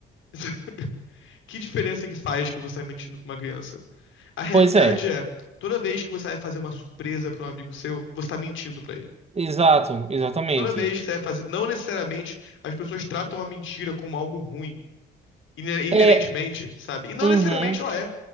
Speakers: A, on the left (about 80°); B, on the right (about 30°).
A: <laughs> Que diferença que faz que você tá mentindo pra uma criança? A realidade
B: Pois é,
A: é, toda vez que você vai fazer uma surpresa pra um amigo seu, você tá mentindo pra ele.
B: exato, exatamente.
A: Toda vez que você vai fazer, não necessariamente as pessoas tratam a mentira como algo ruim, iner- inerentemente,
B: É,
A: sabe? E não
B: uhum.
A: necessariamente ela é,